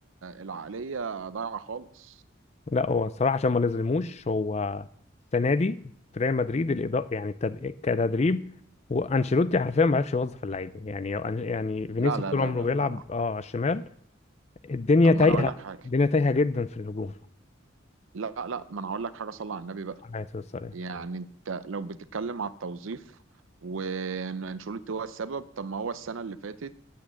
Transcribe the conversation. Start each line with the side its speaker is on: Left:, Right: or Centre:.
Right: العقلية ضايعة خالص
Left: لا هو الصراحة عشان ما نظلموش هو السنة دي في ريال مدريد الإدارة يعني التد... كتدريب وانشيلوتي حرفيا ما عرفش يوظف اللعيبه يعني يعني فينيسيوس
Right: لا لا
Left: طول
Right: لا
Left: عمره
Right: لا
Left: بيلعب
Right: لا لا
Left: اه على الشمال الدنيا
Right: طب
Left: تايهه
Right: ما انا اقول لك حاجة
Left: الدنيا تايهه جدا في الهجوم
Right: لا لا ما انا هقول لك حاجة صلى على النبي بقى
Left: على الصراحه
Right: يعني انت لو بتتكلم على التوظيف وانشيلوتي هو السبب طب ما هو السنة اللي فاتت